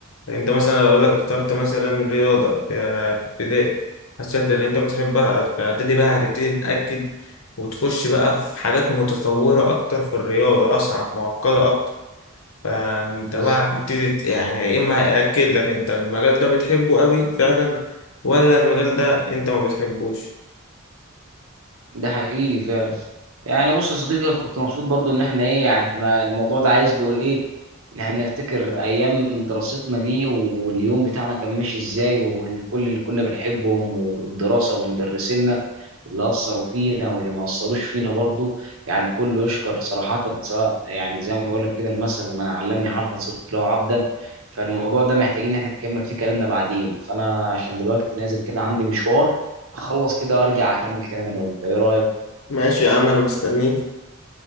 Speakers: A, on the left; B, on the right.
A: انت مثلا لو لك اخترت مثلا رياضة ك- في ابتدائي حسيت ان انت بتحبها فابتدي بقى هتبتدي تتأكد وتخش بقى في حاجات متطورة اكتر في الرياضة اصعب معقدة اكتر فانت
B: بز-
A: بقى هتبتدي ت- يعني يا اما هيأكد لك انت المجال ده بتحبه قوي فعلا ولا المجال ده انت ما بتحبوش
B: ده حقيقي فعلا يعني بص يا صديقي أنا كنت مبسوط برضو ان احنا ايه يعني احنا الموضوع ده عايز له ايه ان احنا نفتكر ايام من دراستنا دي واليوم بتاعنا كان ماشي ازاي والكل اللي كنا بنحبهم والدراسة ومدرسينا اللي اثروا فينا واللي ما اثروش فينا برضو يعني كله يشكر صراحة سواء يعني زي ما بقول لك كده المثل من علمني حرفا صرت له عبدا فالموضوع ده محتاجين ان احنا نكمل فيه كلامنا بعدين فانا عشان دلوقتي نازل كده عندي مشوار اخلص كده وارجع اكمل كلام انا وانت ايه رأيك
A: ماشي يا عم انا مستنيك